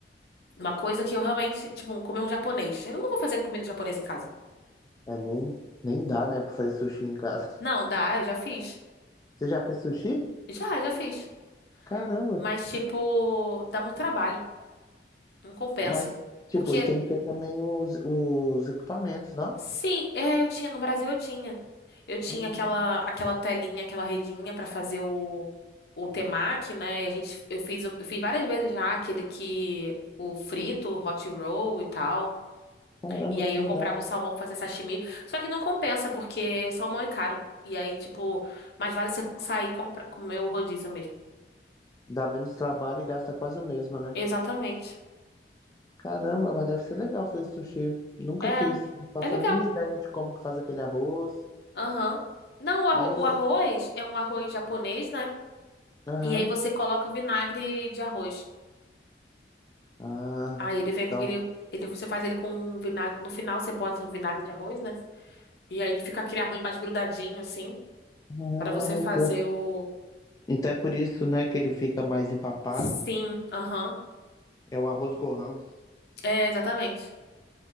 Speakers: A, on the left; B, on the left.
A: uma coisa que eu realmente, tipo, um, comer um japonês. Eu não vou fazer comida japonesa em casa.
B: É, nem, nem dá, né? Pra fazer sushi em casa.
A: Não, dá, eu já fiz.
B: Você já fez sushi?
A: Já, já fiz.
B: Caramba.
A: Mas, tipo, dá muito trabalho. Não compensa.
B: Mas, tipo,
A: Porque,
B: e tem que ter também os, os equipamentos, não?
A: sim, é, eu tinha, no Brasil eu tinha. Eu tinha
B: Ah,
A: aquela aquela telinha, aquela redinha pra fazer o o temaki, né? E a gente eu fiz eu fiz várias vezes já aquele que o frito, o hot roll e tal.
B: Caramba,
A: E aí
B: que
A: eu
B: legal.
A: comprava o salmão pra fazer sashimi. Só que não compensa porque salmão é caro. E aí, tipo, mais vale você sair e comprar comer o rodízio mesmo.
B: Dá menos trabalho e gasta quase o mesmo, né?
A: Exatamente.
B: Caramba, mas deve ser legal fazer sushi. Nunca
A: É.
B: fiz. Não faço
A: É legal.
B: a mínima ideia de como que faz aquele arroz.
A: Aham. Não, o arro-
B: Mas.
A: o
B: eu-
A: arroz é um arroz japonês, né?
B: Aham.
A: E aí você coloca o vinagre de arroz.
B: Ah,
A: Aí ele vem, com-
B: não.
A: ele, ele, você faz ele com um vinagre. No final você bota o vinagre de arroz, né? E aí ele fica aquele arroz mais grudadinho, assim,
B: Ah,
A: pra você fazer
B: então,
A: o.
B: então é por isso, né, que ele fica mais empapado.
A: Sim, aham.
B: É o arroz Gohan.
A: É, exatamente. <laughs>